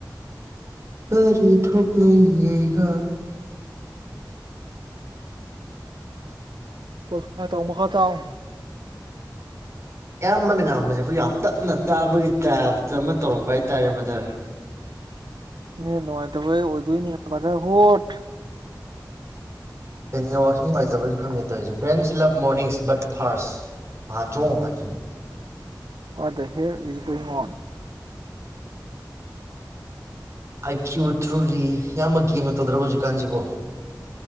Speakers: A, on the right; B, on the right.
A: ꯀꯔꯤ ꯊꯣꯛꯅꯩ ꯌꯩꯒ
B: <unintelligible> ꯃꯈꯥ ꯇꯥꯎ
A: ꯑꯌꯥꯝꯕꯅ ꯉꯥꯡꯕꯁꯦ ꯑꯩꯈꯣꯏ ꯌꯥꯝ ꯇꯞꯅ ꯇꯥꯕꯒꯤ ꯇꯥꯏꯞꯇ ꯑꯃ ꯇꯧꯔꯛꯄ ꯍꯥꯏ ꯇꯥꯔꯦ ꯕ꯭ꯔꯗꯔ
B: ꯏ ꯅꯨꯡꯉꯥꯏꯇꯕꯩ ꯑꯣꯏꯗꯣꯏꯅꯦ ꯕꯔ꯭ꯗꯔ ꯍꯣꯠ
A: ꯅꯦꯋꯥꯔꯛꯁꯨ ꯅꯨꯡꯉꯥꯏꯇꯕꯩꯔꯁꯨ ꯈꯪꯗꯦ ꯇꯧꯔꯤꯁꯦ ꯕ꯭ꯔꯦꯟꯁ ꯂꯞ ꯃꯣꯔꯅꯤꯡꯁ ꯕꯠ ꯐꯥꯔꯁ <unintelligible> ꯍꯥꯏꯁꯦ
B: ꯋꯥꯠ ꯗ ꯍꯦꯜ ꯢꯁ ꯒꯣꯏꯡ ꯑꯣꯟ
A: ꯑꯥꯏ ꯀ꯭ꯌꯨ ꯊ꯭ꯔꯨꯂꯤ ꯏꯌꯥꯝꯕ ꯒꯦꯝꯅ ꯇꯧꯗ꯭ꯔꯕꯣ ꯍꯧꯖꯤꯛꯀꯥꯟꯁꯤꯕꯣ